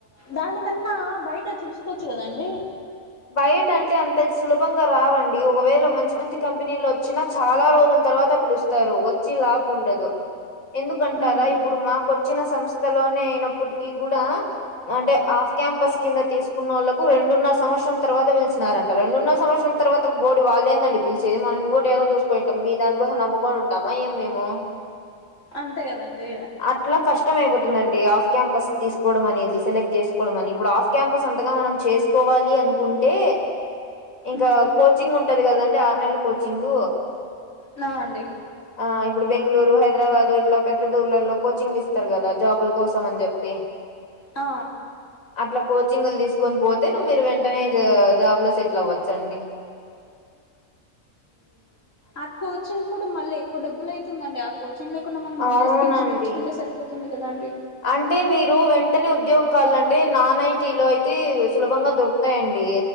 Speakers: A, on the left; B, on the left.
A: దానికన్నా బయట చూసుకోవచ్చు కదండి
B: బైటం టే అంత సులభంగా రావండి ఒకవేళ మంచి మంచి కంపెనీలు వచ్చినా చాలా రోజుల తర్వాత పిలుస్ ారు వచ్చి లాభం ఉండదు ఎందుకంటారా
A: ఉమ్
B: ఇప్పుడు మాకు వచ్చిన సంస్ స్తలోనే అయినప్పటికీ కూడా అంటే ఆఫ్ క్యాంపస్ కింద తీసుకున్న వాళ్ళకు రెండున్నరవత్సం తవాత పిల్ నారంట రెండున్నర సంవత్సరం తర్వాత బోడీ వాళ్ళదేండి పిలిచేది మనం ఇంకోటి ఏదో చూసుకుంటాం మీ దానీ కోసం నమ్మకోనుం టమ ఏ మీము
A: అంతే కదండి
B: అట్లా కష్టం అయిపోతుందండి ఆఫ్ క్యాంపస్ తీసుకోవడం అనేది సెలెక్ట్ చేసుకోవడం అని ఇప్పుడు ఆఫ్ క్యాంపస్ అంతగా మనం చేస్ కోవాలి అనుకుంటే ఇంకా
A: ఉమ్,
B: కోచింగ్ ఉంటది కదండి ఆరు నెలల కోచింగ్
A: న అండి
B: ఆ ఇప్పుడు బెంగళూరు హైదరాబాదు ఇట్లా పెద్ద పెద్ద ఊర్లలో కోచింగ్ ఇస్తారు కదా జాబులు కోసం అని చెప్పి. <inaudible>
A: ఆ
B: అట్లా కోచింగ్లు తీసుకొని పోతే మీరు వెంటనే జాబ్లో సెట్ల వచ్చండి
A: ఆ కోచింగ్ కూడా మళ్ళీ ఎక్కువ డబ్బులు అయితుందండి ఆ కోచింగ్ లేకుండా మనం ముందే
B: అవునండి
A: స్కిల్స్ నేర్చుకుంటే సరిపోతు తుంది కదా అండి
B: అంటే మీరు వెంటనే ఉద్యోగం కావాలంటే నాన్ ఐటీ లో అయితే సులభంగా దొరుకుతాయండి